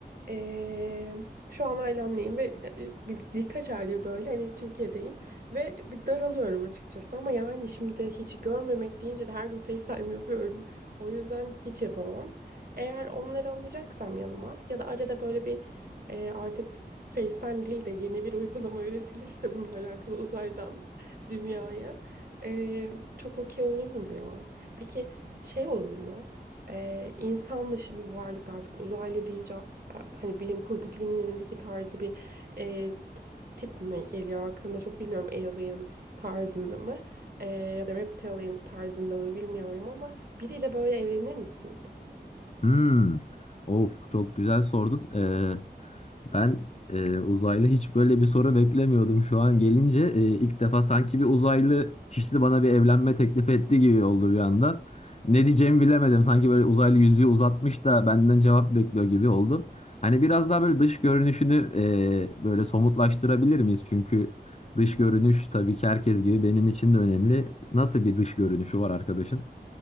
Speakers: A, on the right; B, on the left.
A: e, şu an ailemleyim ve e, bir, birkaç aydır böyle hani Türkiye'deyim ve bir daralıyorum açıkçası ama yani şimdi hiç görmemek deyince de her gün FaceTime yapıyorum. O yüzden hiç yapamam. Eğer onları alacaksam yanıma ya da arada böyle bir e, artık FaceTime değil de yeni bir uygulama üretilirse bununla alakalı uzaydan dünyaya. Ee, çok okey olurum ya. Peki şey olur mu? Ee, insan dışı bir varlık artık uzaylı deyince e, hani bilim kurgu filmlerindeki tarzı bir e, tip mi geliyor aklına çok bilmiyorum alien tarzında mı Ee, ya da reptilian tarzında mı bilmiyorum ama biriyle böyle evlenir misin?
B: Hmm. Of çok güzel sordun. Ee, Ben e, uzaylı hiç böyle bir soru beklemiyordum. Şu an gelince e, ilk defa sanki bir uzaylı kişisi bana bir evlenme teklif etti gibi oldu bir anda. Ne diyeceğimi bilemedim. Sanki böyle uzaylı yüzüğü uzatmış da benden cevap bekliyor gibi oldu. Hani biraz daha böyle dış görünüşünü e, böyle somutlaştırabilir miyiz? Çünkü dış görünüş tabii ki herkes gibi benim için de önemli. Nasıl bir dış görünüşü var arkadaşın?